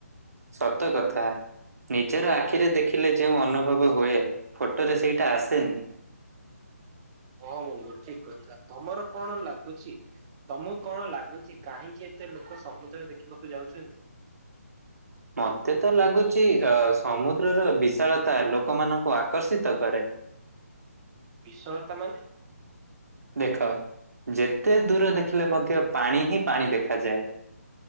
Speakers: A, on the right; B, on the right.
A: ସତ କଥା। ନିଜର ଆଖିରେ ଦେଖିଲେ ଯେଉଁ ଅନୁଭବ ହୁଏ, ଫଟୋ ରେ ସେଇଟା ଆସେନି।
B: ହଁ ବନ୍ଧୁ ଠିକ କଥା, ତମର କଣ ଲାଗୁଛି? ତମକୁ କଣ ଲାଗୁଛି କାହିଁକି ଏତେ ଲୋକ ସମୁଦ୍ର ଦେଖିବାକୁ ଯାଉଛନ୍ତି?
A: ମତେ ତ ଲାଗୁଚ ଅ ସମୁଦ୍ରର ବିଶାଳତା ଲୋକମାନଙ୍କୁ ଆକର୍ଷିତ କରେ।
B: ବିଶଳତା ମାନେ
A: ଦେଖ ଯେତେ ଦୂର ଦେଖିଲେ ମଧ୍ୟ ପାଣି ହିଁ ପାଣି ଦେଖାଯାଏ।